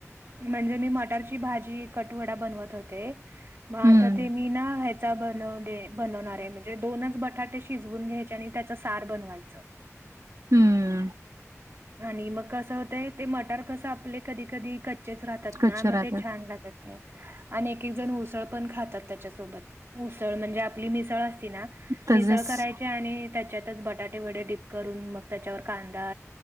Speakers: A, on the right; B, on the right.
A: म्हणजे मी मटरची भाजी कटवडा बनवत होते. मग आता
B: हम्म
A: ते मी ना चा बनवले -बनवणारे म्हणजे दोनच बटाटे शिजवून घ्यायचे आणि त्याच सार बनवायच.
B: हम्म!
A: आणि मग कसं होतंय ते मटार कसं आपले कधी कधी कच्चेच राहतात
B: कच्चे
A: ना मग
B: राहतात
A: ते छान लागत. आणि एक एक जण उसळ पण खातात त्याच्यासोबत मुसळ म्हणजे आपली मिसळ अस असती ना
B: तसेच
A: मिसळ करायची आणि त्याच्यातच बटाटे व डीप करून मग त्याच्यावर कांदा